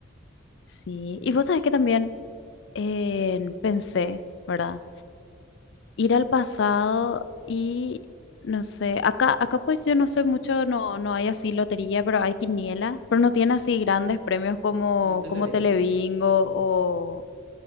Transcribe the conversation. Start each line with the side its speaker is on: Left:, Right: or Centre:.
Left: Sí, y vos sabés que también eh, pensé, ¿verdad? ir al pasado y no sé, acá, acá pues yo no sé mucho, no, no hay así lotería, pero hay quiniela, pero no tiene así grandes premios como,
Right: Y el Televingo.
Left: como Telebingo
Right: Sí,
Left: o,